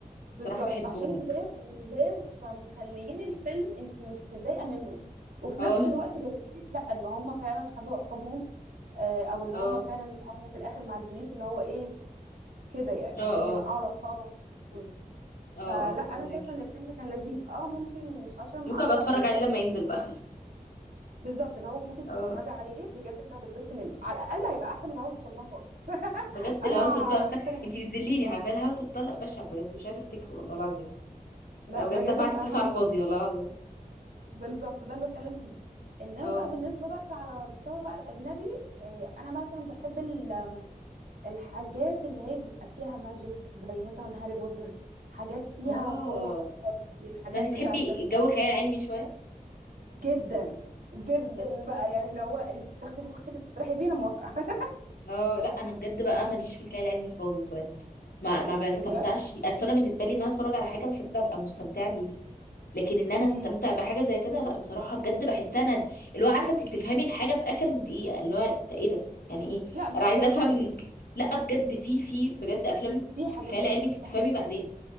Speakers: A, on the right (about 70°); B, on the left (about 85°).
A: بالظبط
B: بصراحه بحبهم
A: عشان جداد ولذاذ فمخليين الفيلم انت مش متضايقه منه وفي
B: اه
A: نفس الوقت جايبين لك لا ان هم فعلا خدوا عقابهم آه، او ان
B: اه
A: هم فعلا اتعاونوا في الاخر مع البوليس اللي هو ايه كده يعني
B: اه
A: عشان
B: اه
A: يوقعوا العصابه كله
B: اه
A: فلا
B: اه
A: انا
B: فاهمك
A: شايفه ان الفيلم كان لذيذ اه ممكن مش 10 من
B: ممكن
A: 10
B: ابقى اتفرج
A: او الدق
B: عليه لما ينزل بقى
A: بالظبط اللي هو ممكن تتفرجي
B: اه
A: عليه بجد انت هتتبسط منه على الاقل هيبقى احسن من الهوا سلطان خالص <laughs>
B: بجد
A: انا
B: الهوا سلطان
A: انا
B: ف...
A: مقتنعه
B: انت بتذليني عارفه الهوا سلطان لا بشع بجد مش عايزه افتكره والله العظيم
A: لا
B: أنا بجد
A: بجد
B: دفعت
A: الصراحه
B: فلوس على
A: انا
B: الفاضي والله العظيم
A: بالظبط ده اللي بتكلم فيه انما
B: اه
A: بقى بالنسبه بقى على مستوى بقى الاجنبي آه، انا مثلا بحب ال- الحاجات اللي هي بيبقى فيها ماجيك زي مثلا هاري بوتر حاجات فيها
B: اه
A: قوه خارقه زي الحاجات
B: فانت
A: بتاعت
B: تحبي
A: ال...
B: جو خيال علمي شويه
A: جدا جدا
B: بجد
A: بقى يعني اللي هو انت بتاخدي مخك كده تسرحي بيه انا موافقه
B: اه لا انا بجد بقى ماليش في الخيال العلمي خالص بجد ما
A: <laughs>
B: ما بستمتعش
A: بجد
B: بيه اصل انا بالنسبه لي ان انا اتفرج على حاجه بحب ابقى مستمتعه بيها لكن ان انا
A: امم
B: استمتع بحاجه زي كده لا بصراحه بجد بحسها ند اللي هو عارفه انت بتفهمي الحاجه في اخر دقيقه اللي هو إنت ايه ده يعني ايه
A: لا مش
B: انا عايزه
A: للدرجه
B: افهم
A: دي
B: لا بجد في في بجد افلام
A: في حاجات
B: خيال
A: كده
B: علمي انت بتفهمي
A: في حاجات
B: بعدين
A: كده